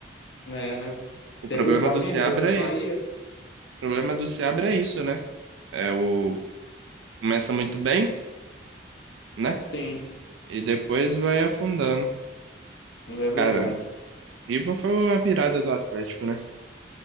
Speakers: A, on the left (about 75°); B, on the right (about 85°).
A: é, né?
B: O
A: Você
B: problema
A: viu o Flamengo
B: do Seabra
A: ganhou do
B: é
A: Bahia?
B: isso. O problema do Seabra é isso, né? É o. Começa muito bem. né?
A: Sim,
B: E depois vai afundando.
A: não é verdade.
B: Cara, River foi a virada do Atlético, né?